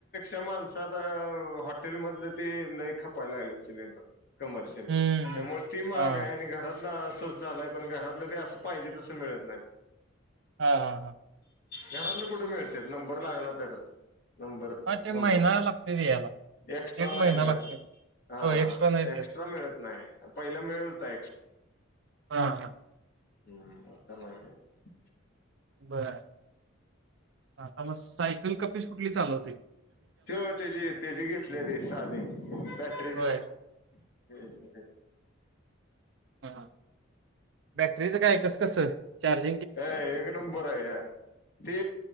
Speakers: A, on the left; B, on the right.
A: अ माणसात हॉटेल मधले त लई खपायला लागलेत सिलेंडर कमर्शियल
B: हं,
A: त्यामुळे
B: हं.
A: ती महाग
B: हां.
A: आहे आणि घरात स्वस्त झालाय पण घरातलं बी असं पाहिजे तस मिळत नाही
B: हा हा हा
A: घरातलं कुठे मिळतय नंबर लागला तरच नंबरच
B: हां, ते
A: नंबर
B: महिना लागतोय ते याला.
A: एक्स्ट्रा एा नाही
B: महिना
A: मिळत
B: लागतोय.
A: ह
B: हो, एक्स्ट्रा नाही
A: एक्स्ट्रा
B: ते.
A: मिळत नाही पहिला मिळत होय
B: हा हा
A: हम्म आता नाय मिळत
B: बर आता मग सायकल कपीस कुठली चालवतूय
A: ते तेची तेची घेतले ती साधी बॅटरीच
B: होय.
A: नाही <inaudible>
B: ह बॅटरीच काय कस कस चार्ज
A: अ एक नंबर आहे ते